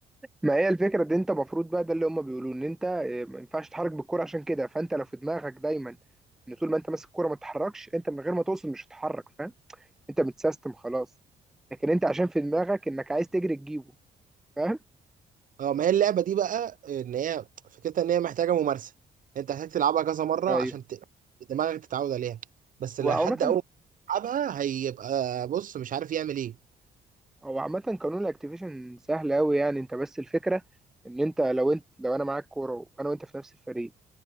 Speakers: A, in the centre; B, on the right (about 40°).
A: ما هي الفكرة دي انت المفروض بقى ده اللي هم بيقولوه ان انت اه، ما ينفعش تتحرك بالكرة عشان كده فانت لو في دماغك دايما ان طول ما انت ماسك الكرة ما تتحركش انت من غير ما توصل مش هتتحرك فاهم انت متسيستم خلاص لكن انت عشان في دماغك انك عايز تجري تجيبه فاهم
B: اه ما هي اللعبه دي بقى ان هي فكرتها ان هي محتاجه ممارسه انت محتاج تلعبها كذا مره
A: ايوه
B: عشان ت... دماغك تتعود عليها بس
A: وعامة
B: لو حد اول ما يلعبها هيبقى بص مش عارف يعمل ايه
A: هو عامة قانون الاكتيفيشن سهل قوي يعني انت بس الفكرة ان انت لو انت لو انا معاك كورة وانا وانت في نفس الفريق